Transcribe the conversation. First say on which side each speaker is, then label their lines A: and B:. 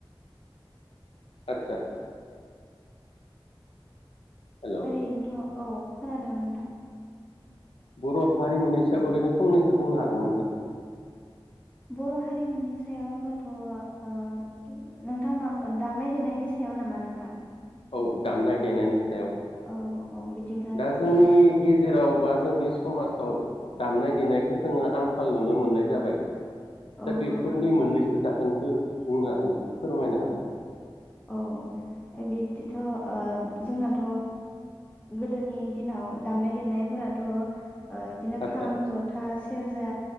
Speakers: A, on the left (about 85°); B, on the left (about 15°).
A: आतसा हेल'
B: ओरैथ' औ खोनादों नोंथां
A: बर' हारिमुनि सायाव ओरैनो फंनैसो बुंनो हागोमोन ना?
B: बर' हारिमुनि सायाव ओमबाथ' ओ नोंथां दामनाय देनायनि सायाव नामा नोंथां?
A: औ दामनाय देनायनि सायाव
B: औ औ बिदिब्लाथ'
A: दा जोंनि गेजेराव बा। जोंनि समाजाव दामनाय देनायखौ जोङो आंखाल नुनो मोननाय जाबाय
B: औ
A: दा बेफोरनि
B: औ
A: मोननै सो जाहोनखौ बुंनो हागोन ना फोरमायनो हागोन।
B: औ बिबदिथ' जोंनाथ' गोदोनि दिनाव दामनाय देनायफोराथ' बिदिनो
A: आदसा
B: खाम जथा। सेरजा